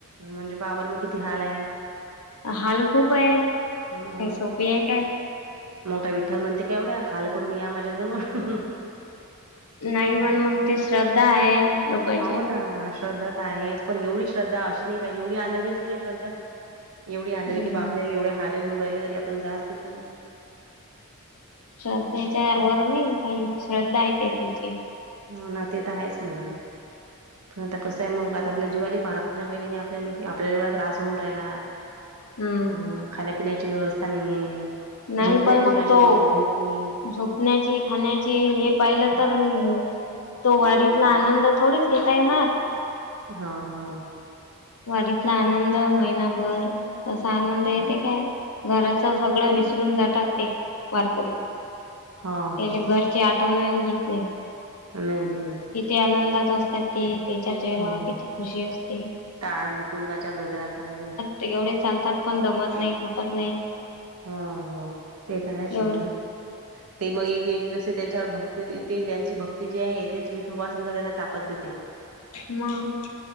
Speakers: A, on the right; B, on the left.
A: म्हणजे पाहाबर मग किती हाल आहेत.
B: हाल खूप आहेत
A: मग
B: काय सोपी आहे काय?
A: मग काय विठ्ठल म्हणते का एवढ्या हाल करून या माझ्याजवळ?
B: नाही पण मग ते श्रद्धा आहे! लोकांची.
A: हो ना श्रद्धा तर आहेच पण एवढी श्रद्धा अशी नाही पाहिजे एवढी अनाडी असते काय श्रद्धा! एवढी आंधळी
B: हम्म.
A: कि बापरे आपल्या एवढे हाल होऊन राहिले तरी आपण जासच तिथ.
B: श्रद्धेच्या वर नाही काई श्रद्धा येते त्याची
A: हो ना ते तर आहेच म्हणा. आता कसं आहे मग आता आपल्या जीवाला ही पहाय लागते ना काही ना काही आपल्याला आपल्याला बी एवढा त्रास होऊन राहिला.
B: हम्म.
A: हो खाण्यापिण्याची व्यवस्था नाही,
B: नाही
A: झोपण्याची
B: पण मग
A: काय
B: तो
A: मि झोप नाय.
B: झोपण्याची खाण्याची हे पाहिलं तर तो वारीतला आनंद थोडीच घेता येणार!
A: हा हा!
B: वारीतला आनंद महिनाभर तसा आनंद येते काय? घराच सगळं विसरून जातात ते वारकरी. त्यांना
A: हा हा
B: घरची आठवण येत नाही.
A: नाही नाही!
B: किती आनंदात असतात ते त्याच्या चेहऱ्यावर
A: हो
B: किती खुशी असते.
A: टाळ मृतुंगाच्या गजरा चांगले
B: ते एवढे चालतात पण दमत नाही थकत नाही.
A: हो ते तर आहेच
B: एवढे
A: म्हणा ते मग एक एक तसे त्यांच्यावर भक्ती ते त्याची भक्ती जी आहे तेच विठुबा समजा त्यांना ताकद देते.
B: मग!